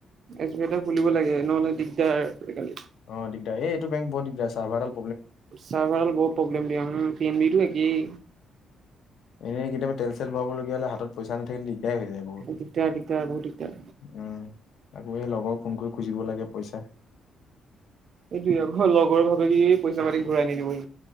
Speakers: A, on the right; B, on the left.
A: এছবই খুলিব লাগে নহলে দিগদাৰ আজিকালি।
B: অ দিগদাৰ এইটো বেং বৰ দিগদাৰ আছে চাৰভাৰডাল
A: ছাৰ্ভাৰ দাল বৰ প্ৰব্লেম দিয়ে পেইনবিলটো একেই।
B: এনেয় কেতিয়াবা তেল চেল ভৰাবলগীয়া হ'লে হাতত পইচা নাথাকিলে। দিগদাৰ হৈ যায় বহুত
A: দিগদাৰ দিগদাৰ দিগদাৰ
B: উম। আকৌ এই লগৰক ফোন কৰি খুজিব লাগে পইচা।
A: এইটোয়ে আকৌ লগৰে ভাবে কি পইচা মাতি ঘূৰাই নিদিব ই।